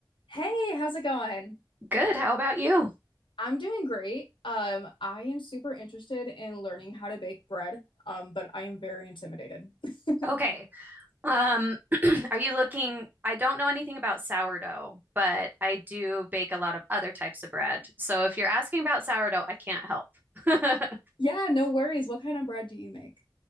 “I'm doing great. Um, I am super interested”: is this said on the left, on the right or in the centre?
Left